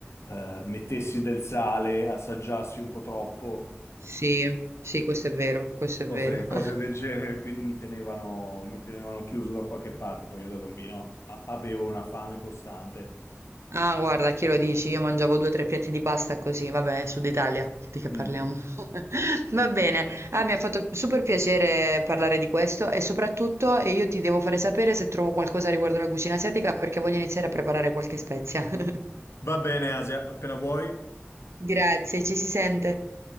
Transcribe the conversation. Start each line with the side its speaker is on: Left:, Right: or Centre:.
Left: eh, mettessi del sale, assaggiassi un po' troppo,
Right: Sì, sì, questo è vero, questo
Left: cose,
Right: è vero. <laughs>
Left: cose del genere, quindi mi tenevano, mi tenevano chiuso da qualche parte. Poi io da bambino a- avevo una fame costante.
Right: Ah, guarda, chi lo dici? Io mangiavo due o tre piatti di pasta così, vabbè, Sud Italia, di che
Left: Mm.
Right: parliamo? <laughs> Va bene, ah, mi ha fatto super piacere parlare di questo e soprattutto eh, io ti devo fare sapere se trovo qualcosa riguardo la cucina asiatica perché voglio iniziare a preparare qualche spezia. <laughs>
Left: Va bene, Asia, appena vuoi.
Right: Grazie, ci si sente.